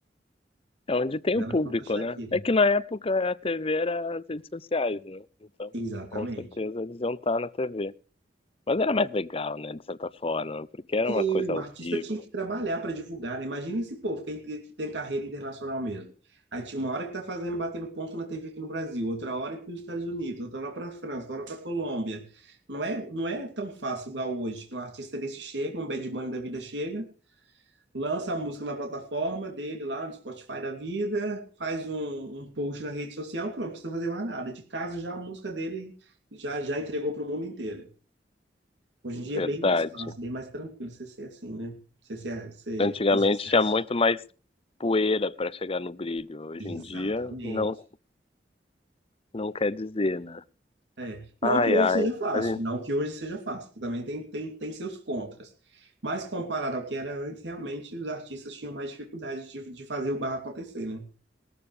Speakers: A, on the left (about 30°); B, on the right (about 75°).
A: É onde tem
B: Ela
A: o público,
B: contra a Shakira.
A: né? É que na época a TV era as redes sociais, né? Então,
B: Exatamente.
A: com certeza eles iam estar na TV. Mas era mais legal, né, de certa forma, porque era
B: Sim,
A: uma coisa
B: o
A: ao
B: artista
A: vivo,
B: tinha que trabalhar para divulgar, né? Imagina esse povo que tem, que tem carreira internacional mesmo. Aí tinha uma hora que tá fazendo, batendo ponto na TV aqui no Brasil, outra hora para os Estados Unidos, outra hora para a França, outra hora para a Colômbia. Não é, não é tão fácil igual hoje, que um artista desse chega, um Bad Bunny da vida chega, lança a música na plataforma dele lá no Spotify da vida, faz um, um post na rede social, pronto, não precisa fazer mais nada. De casa já a música dele já, já entregou para o mundo inteiro. Hoje em dia
A: verdade.
B: é bem mais fácil, bem mais tranquilo você ser assim, né? Você, ser, você
A: Antigamente
B: fazer sucesso.
A: tinha muito mais poeira para chegar no brilho. Hoje
B: Exatamente.
A: em dia não não quer dizer, né?
B: É. Não
A: Ai,
B: que hoje
A: ai.
B: seja fácil,
A: A gente-
B: não que hoje seja fácil, que também tem, tem, tem seus contras. Mas comparado ao que era antes, realmente os artistas tinham mais dificuldade de, de fazer o barro acontecer, né?